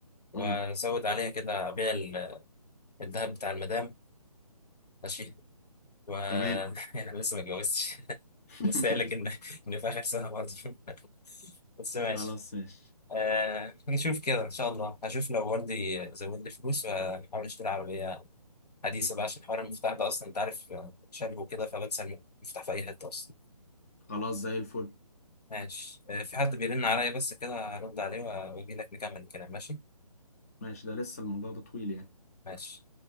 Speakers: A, on the left; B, on the left.
A: وازود
B: امم
A: عليها كده ابيع ال- الذهب بتاع المدام ماشي و <laughs>
B: تمام
A: يعني لسه ما اتجوزتش <laughs>
B: <laughs>
A: بس قايل لك ان ان في اخر سنة برضه <laughs> بس ماشي
B: خلاص ماشي
A: آه نشوف كده ان شاء الله هشوف لو والدي زود لي فلوس وهحاول اشتري عربية حديثة بقى عشان حوار المفتاح ده اصلا انت عارف آه، شاب وكده فبنسى المفتاح في اي حتة اصلا
B: خلاص زي الفل
A: ماشي آه، في حد بيرن عليا بس كده هرد عليه واجي لك نكمل الكلام ماشي
B: ماشي ده لسه الموضوع ده طويل يعني
A: ماشي